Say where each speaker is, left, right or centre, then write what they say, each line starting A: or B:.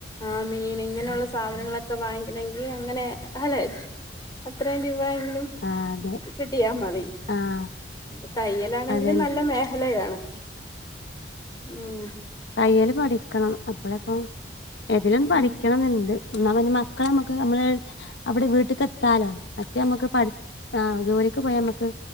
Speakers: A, on the left; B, on the left.
A: ആ മീൻ ഇങ്ങനെയുള്ള സാധനങ്ങളൊക്കെ വാങ്ങിക്കണങ്കിൽ അങ്ങനെ അലെ അത്രയും രൂപ എങ്കിലും
B: ആഹ് അതെ
A: കിട്ടിയാൽ മതി
B: ആഹ്
A: അപ്പ തയ്യലാണെങ്കിലും
B: അതന്നെ
A: നല്ല മേഖലയാണ് ഉം
B: തയ്യൽ പഠിക്കണം അപ്പളേ ഇപ്പ ഏതെങ്കിലും
A: ഉം
B: പഠിക്കണം എന്നുണ്ട് ന്നാ പിന്നെ മക്കളെ നമ്മുക്ക് നമ്മള് അവിടെ വീട്ട്ക്കെത്താലോ മറ്റേ നമ്മുക്ക് പഠി ആഹ് ജോലിക്ക് പോയാമ്മക്ക്